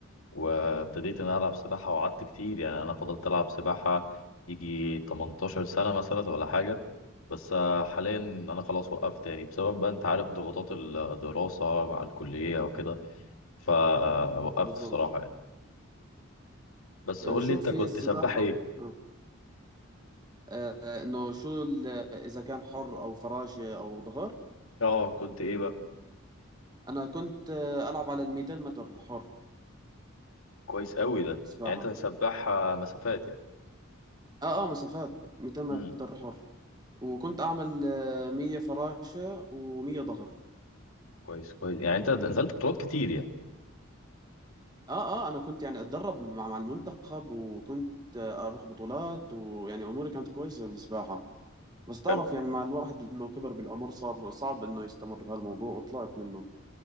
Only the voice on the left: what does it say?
وابتديت ان أنا العب سباحه وقعدت كتير يعني انا فضلت العب سباحه يجي 18 سنه مثلا ولا حاجه بس آه، حاليا انا خلاص وقفت يعني بسبب بقى انت عارف ضغوطات الدراسه مع الكليه وكده فوقفت
الصراحه يعني بس
قول
لي انت كنت
سباح ايه
اه كنت ايه بقى
كويس قوي ده
يعني انت سباح آه، مسافات يعني
امم
كويس كويس يعني انت نزلت بطولات كتير يعني
حلو